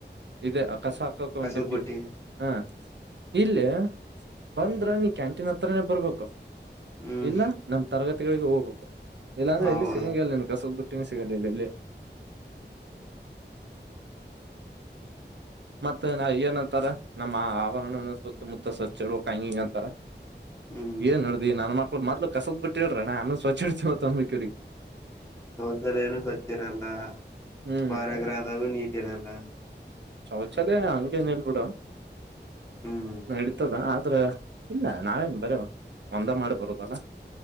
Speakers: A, on the right; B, on the left.
A: ಇದೆ ಕಸ ಹಾಕಕ
B: ಕಸದ
A: ಒಂದು ಡಬ್ಬಿ
B: ಬುಟ್ಟಿ
A: ಹಾ ಇಲ್ಲ ಬಂದ್ರ ನೀ ಕ್ಯಾಂಟೀನ್ ಹತ್ರನೇ ಬರ್ಬೇಕು
B: ಹ್ಮ್
A: ಇಲ್ಲ ನಮ್ ತರಗತಿಗಳಿಗೆ ಹೋಗ <unintelligible> ಇಲ್ಲಾಂದ್ರೆ
B: ಹೌದು
A: ಇಲ್ಲಿ ಸಿಗಂಗಗೆಲ್ಲನ್ ಕಸಲ್ ಸಿಗಲ್ಲ ಅಲ್ಲ ಮತ್ತೆ ನ ಏನ್ಂತಾರ ನಮ್ಮ ಆವರಣ ಸುತ್ತಮುತ್ತ ಸಚ್ಚಿಡ ಕಂಗಿಂಗ ಅಂತಾರ
B: ಹ್ಮ್
A: ಏನ್ ನಡ್ದಿ ನನ್ ಮ ಮೊದಲು ಕಸದ ಬಿಟ್ಟಿ ಹೇಳ್ರಣ ನ ಆಮೇ ಸ್ವಚ್ ಹಡ್ತತಿವತ್ ಅನ್ಬೇಕೂರಿ
B: ಶೌಚಾಲಯನು ಸ್ವಚ್ ಇರಲ್ಲ
A: ಹ್ಮ್
B: ಉಪಾರ ಗ್ರಹದವೂ ನೀ ಇರಲ್ಲ
A: ಶೌಚಾಲಯ ಹಂಗೇನ ಇಲ್ಬಿಡ
B: ಹ್ಮ್
A: ನಡೀತದ ಆ ಆದ್ರ ಇಲ್ಲ ನಾವೇನ್ ಬರ ಒಂದ ಮಾಡಿ ಬರುದಲ್ಲ